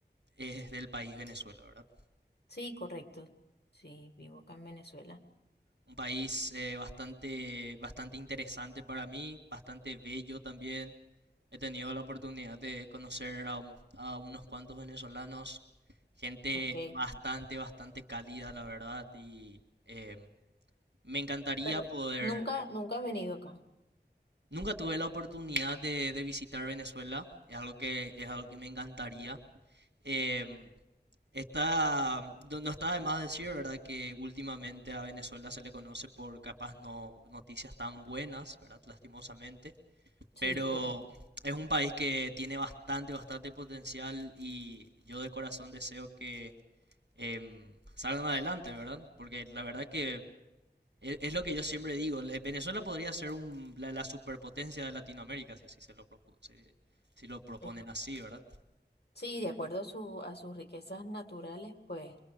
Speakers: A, on the right (about 80°); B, on the left (about 65°).
A: es del país Venezuela, ¿verdad?
B: Sí, correcto. Sí, vivo acá en Venezuela.
A: Un país eh, bastante, bastante interesante para mí, bastante bello también. He tenido la oportunidad de conocer a, un- a unos cuantos venezolanos, gente
B: Ok.
A: bastante, bastante cálida, la verdad, y eh, me encantaría
B: Pero
A: poder...
B: nunca, nunca has venido acá.
A: Nunca tuve la oportunidad de, de visitar Venezuela, es algo que, es algo que me encantaría. Em, Está, no no está de más decir, ¿verdad? Que últimamente a Venezuela se le conoce por capaz no noticias tan buenas, ¿verdad? Lastimosamente,
B: Sí,
A: pero
B: correcto.
A: es un país que tiene bastante, bastante potencial y yo de corazón deseo que em, salgan adelante, ¿verdad? Porque la verdad que e- es, lo que yo siempre digo, le- Venezuela podría ser un- la, la superpotencia de Latinoamérica si así se lo propu- si si lo proponen
B: Eh,
A: así, ¿verdad?
B: Sí, de acuerdo a su, a sus riquezas naturales, pues